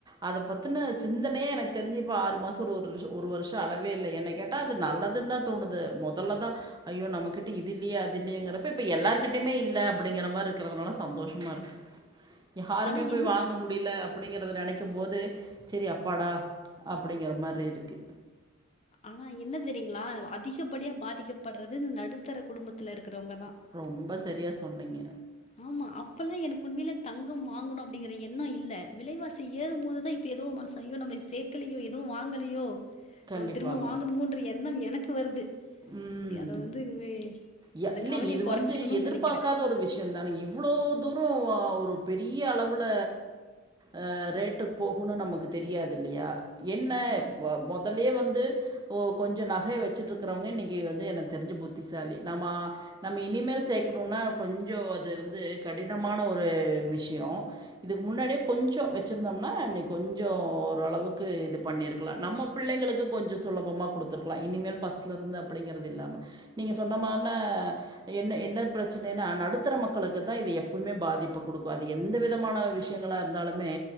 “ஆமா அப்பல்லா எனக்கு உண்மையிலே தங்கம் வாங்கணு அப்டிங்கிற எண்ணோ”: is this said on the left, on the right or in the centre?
Left